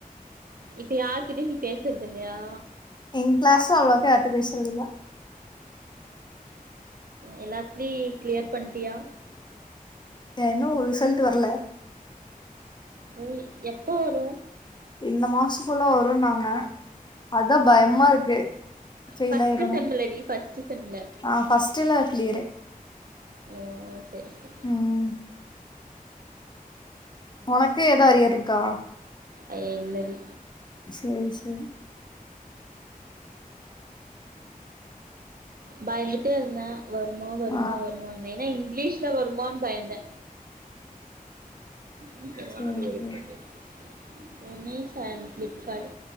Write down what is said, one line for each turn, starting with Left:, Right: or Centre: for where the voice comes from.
Right: இப்ப யாருகிட்டயு நீ பேசறது இல்லயா
Left: எங் கிளாஸ்ல அவ்ளக்கா யார்ட்ட பேசறது இல்ல
Right: எல்லாத்துலயு கிளியர் பண்ட்டியா
Left: ஆ இன்னு ரிசல்ட் வரல
Right: உ எப்ப வரு
Left: இந்த மாசக்குள்ள வருனாங் ங்க அதா பயமா
Right: ம்
Left: இருக்கு ஃபெயில்
Right: ஃபஸ்ட்டு
Left: ஆயிரணோ
Right: செம்லடி ஃபஸ்ட்டு செம்ல
Left: ஆ ஃபஸ்டுல கிளியரு
Right: ஓ சரி சரி
Left: ம் வொனக்கு ஏதா அரியர் இருக்கா
Right: ஐய இல்லடி
Left: சரி சரி
Right: பயந்துட்டே இருந்த வருமா வருமா
Left: ஆ
Right: வருமான் ஏன்னா இ இங்கிலீஷ்ல வருமான் பயந்த மீஷால
Left: சேரி
Right: ஆர்டர் ஆயிருக்கா
Left: சேரி
Right: பாரு மீஷா இல்ல ஃப்ளிப்கார்ட்